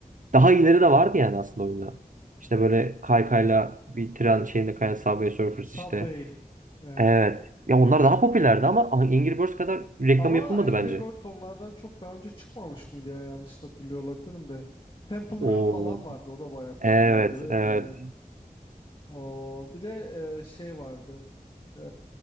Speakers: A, on the right; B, on the left.
A: daha ileri de vardı yani aslında oyunda. İşte böyle kaykayla bir tren şeyinde kayan Subway Surfers
B: Subway
A: işte
B: e,
A: Evet. Ya onlar daha popülerdi ama Angry Birds kadar reklam
B: Ama
A: yapılmadı
B: Angry
A: bence.
B: Birds onlardan çok daha önce çıkmamış mıydı ya? Yanlış hatırlıyor olabilirim de. Temple
A: Oo.
B: Run falan vardı. O da bayağı popülerdi.
A: Evet, evet.
B: Ee, o bir de e, şey vardı. Ee,